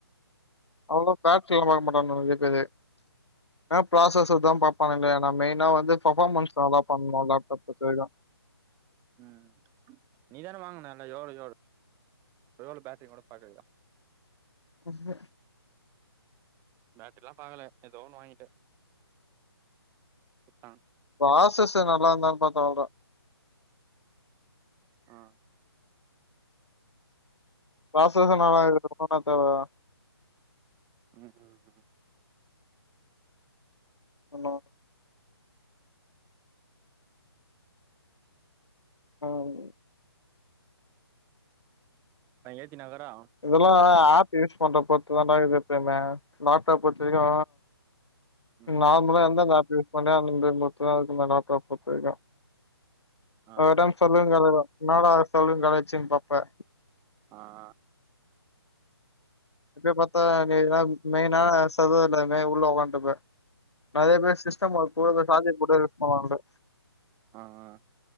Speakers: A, on the left (about 85°); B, on the right (about 15°).
A: அவ்ளோ பேட்ரியெல்லா வாங்க மாட்டாங்க நெறைய பேரு ஆ ப்ராசசர்தா பாப்பானுங்க நா மெயினா வந்து பஃபாமன்ஸ் நல்லா பண்ணு லேப்டாப் பொருத்தவரைக்கு
B: ம் நீ தான வாங்குன நல்லா எவ்ளோ எவ்ளோ <inaudible> எவ்ளோ பேட்ரீனு கூட பாக்கலயா
A: ம்
B: பேட்ரிலா பாக்கல எதோ ஒன்னு வாங்கிட்டே குட்தா
A: ப்ராசஸு நல்லா இருந்தாலு பாத்து வாங்குடா
B: ஆ
A: ப்ராசஸுனாலா இதுக்கு என்னென்ன தேவையா
B: ம் ம் ம்
A: உன்னு ம்
B: அவ ஏத்தினாக்குறா
A: இதெல்லா ஆப் யூஸ் பண்ற பொருத்துதான்டா இருக்குமே லேப்டாப் பொருத்த வரைக்கு
B: ம்
A: நார்மலா
B: ம்
A: எந்தந்த ஆப் யூஸ் பண்றியோ அந்தந்தது மட்டுதா இருக்கு இந்த லேப்டாப் பொருத்த வரைக்கு
B: ஆ
A: ஒரு டைம் சொல்லுங்களேடா இன்னாடா சொல்லுங் கலாய்ச்சன் பாப்ப
B: ஆ ஆ
A: இப்பயே பாத்தா நீலாம் மெய்னா சர்வர் இல்லாமே உள்ள ஒக்கான்ட்ருப்ப நெறைய பேர் சிஸ்டம் ஒர்கூட இந்த சாஜர் போட்டே யூஸ் பண்ணுவானுங்க
B: ஆ ஆ